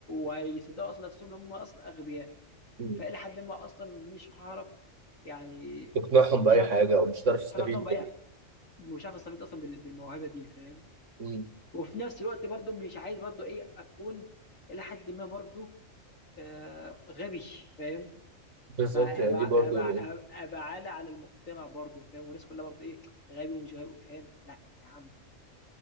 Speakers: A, on the left; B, on the right.
A: ويصدقوا اصلا نفسهم ان هم اصلا اغبياء
B: مم.
A: فالى حد ما اصلا مش هعرف يعني
B: تقنعهم
A: مش
B: بأي
A: عارف
B: حاجة
A: مش
B: أو مش هتعرف تستفيد
A: عارف اقنعهم باي
B: بال
A: مش عارف استفيد اصلا بال... بالموهبه دي فاهم
B: مم.
A: وفي نفس الوقت برضو مش عايز برضو ايه اكون الى حد ما برضو آه غبي فاهم
B: بالظبط
A: هبقى هبقى
B: يعني دي برضو
A: هبقى هبقى هبقى عالة على المجتمع برضه فاهم والناس كلها برضه ايه غبي ومش غبي فاهم لا يا عم